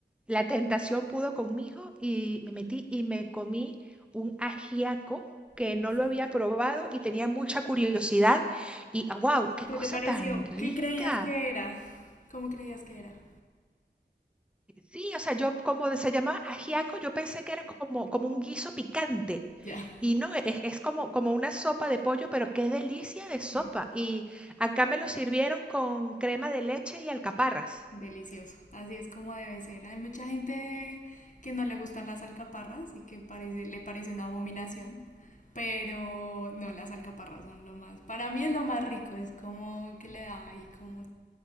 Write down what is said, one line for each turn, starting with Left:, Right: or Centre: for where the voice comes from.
Centre: la tentación pudo conmigo y me metí y me comí un ajiaco que
Left: Uf.
Centre: no lo había probado y tenía mucha curiosidad. Y wow, qué
Left: ¿Qué
Centre: cosa
Left: te pareció?
Centre: tan rica.
Left: ¿Qué creías que era? ¿Cómo creías que era?
Centre: Sí, o sea, yo como se llamaba ajiaco, yo pensé que era como, como un guiso picante.
Left: Ya,
Centre: Y no, es, es como, como una sopa de pollo, pero qué delicia de sopa.
Left: no.
Centre: Y acá me lo sirvieron con crema de leche y alcaparras.
Left: Delicioso, así es como debe ser. Hay mucha gente que no le gustan las alcaparras y que parece, le parece una abominación, pero no, las alcaparras son lo más, para mí es lo más rico, es como que le da ahí como